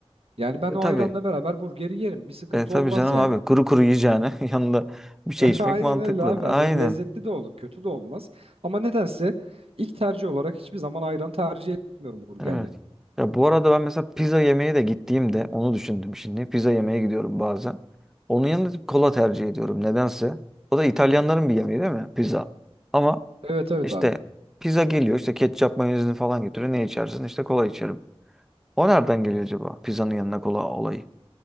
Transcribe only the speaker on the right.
Yani ben
o
ayranla beraber burgeri yerim. Bir sıkıntı
olmaz
yani.
<laughs>
Aynen
öyle abi.
Hani hem lezzetli de olur, kötü de olmaz. Ama nedense ilk tercih olarak hiçbir zaman ayran tercih etmiyorum burgerle.
Evet evet
abi.